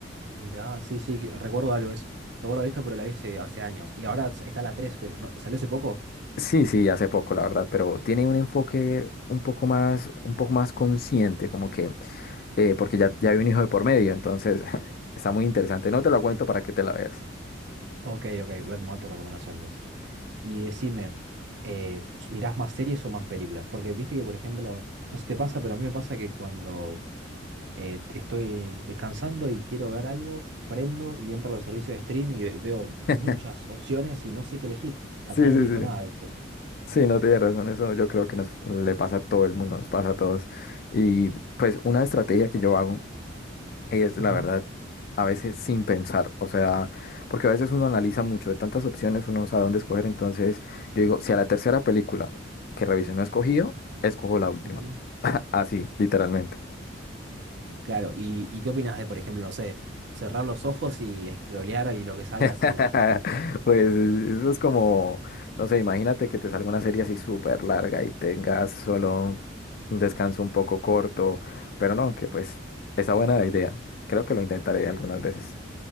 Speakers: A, on the right; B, on the left.
A: Mirá, sí, sí, recuerdo algo de eso. Recuerdo esto, pero la vi hace, hace años. Y ahora s- está la tres pero no, ¿salió hace poco?
B: Sí, sí, hace poco, la verdad, pero tiene un enfoque un poco más, un poco más consciente, como que eh, porque ya, ya hay un hijo de por medio, entonces <laughs> está muy interesante. No te lo cuento para que te la veas.
A: Ok, ok, voy a tomar tu recomendación entonces. Y decime, eh, ¿mirás más series o más películas? Porque viste que, por ejemplo, no sé si te pasa, pero a mí me pasa que cuando eh, estoy descansando y quiero ver algo, prendo y entro a los servicios de stream y ve- veo
B: <laughs>
A: muchas opciones y no sé qué elegir. Al
B: Sí,
A: final
B: sí,
A: no elijo
B: sí.
A: nada a veces.
B: Sí, no tienes razón, eso yo creo que nos le pasa a todo el mundo, nos pasa a todos. Y pues una estrategia que yo hago es, la
A: Ujú,
B: verdad, a veces sin pensar, o sea, porque a veces uno analiza mucho, de tantas opciones uno no sabe dónde escoger, entonces yo digo, si a la tercera película que revise no he escogido, escojo la última,
A: ujú.
B: <laughs> así, literalmente.
A: Claro, ¿y, y qué opinas de, por ejemplo, no sé, cerrar los ojos y scrollear y lo que salga,
B: <laughs>
A: salga?
B: Pues eso es como, no sé, imagínate que te salga una serie así súper larga y tengas solo un descanso un poco corto, pero no, que pues está buena la idea. Creo que lo intentaré algunas veces.